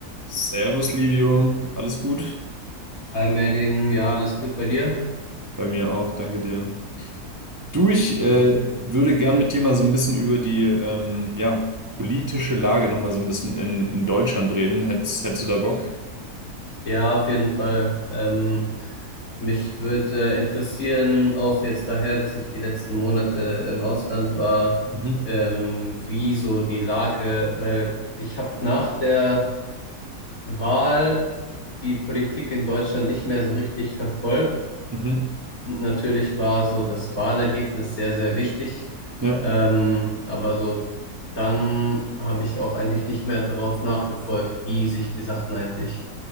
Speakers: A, on the right; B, on the left.
A: Servus, Livio. Alles gut?
B: Hi Merlin, ja, alles gut bei dir?
A: Bei mir auch, danke dir. Du, ich äh,
B: Gut.
A: würde gern mit dir mal so ein bisschen über die ähm, ja, politische Lage noch mal so ein bisschen in, in Deutschland reden. Hättest, hättest du da Bock?
B: Ja, auf jeden Fall. Ähm, mich würde äh, interessieren, auch jetzt daher, dass ich die letzten Monate im Ausland war,
A: Mhm.
B: ähm, wie so die Lage, weil ich habe nach der Wahl die Politik in Deutschland nicht mehr so richtig verfolgt.
A: Mhm.
B: Natürlich war so das Wahlergebnis sehr, sehr wichtig.
A: Ja,
B: Ähm, aber so dann habe ich auch eigentlich nicht mehr darauf nachgefolgt, wie sich die Sachen eigentlich